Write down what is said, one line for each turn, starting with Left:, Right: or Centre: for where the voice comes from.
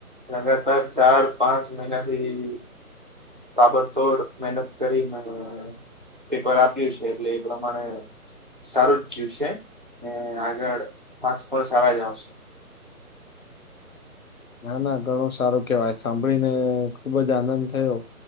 Right: લગાતાર ચાર પાંચ મહિના થી તાબડતોડ મહેનત કરીને અહ પેપર આપ્યું છે એટલે એ પ્રમાણે સારું જ ગયું છે ને આગળ માર્ક્સ પણ સારા જ આવશ
Left: ના ના ઘણો સારો કેવાય સાંભળીને અહ ખુબ જ આનંદ થયો